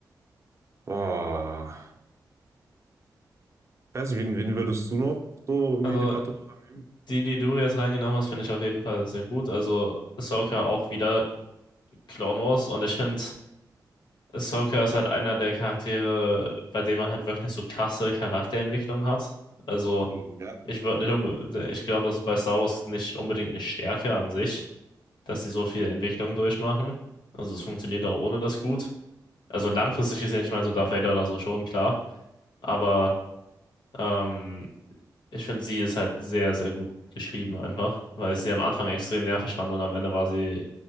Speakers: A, on the right; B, on the left.
A: Boah. Ich weiß nicht, wen, wen würdest du noch so in
B: Also
A: die Debatte mit reinnehmen?
B: die, die du jetzt reingenommen hast, finde ich auf jeden Fall sehr gut. Also Ahsoka auch wieder Clone Wars und ich finde, Ahsoka ist halt einer der Charaktere, bei dem man halt wirklich so krasse Charakterentwicklung hat. Also
A: Ja.
B: ich würde nicht unbe- ich glaube, das ist bei Star Wars nicht unbedingt eine Stärke an sich, dass sie so viel Entwicklung durchmachen. Also es funktioniert auch ohne das gut. Also langfristig gesehen, ich meine, so Darth Vader oder so schon, klar. Aber ähm, Ich finde, sie ist halt sehr, sehr gut geschrieben einfach, weil ich sie am Anfang extrem nervig fand und am Ende war sie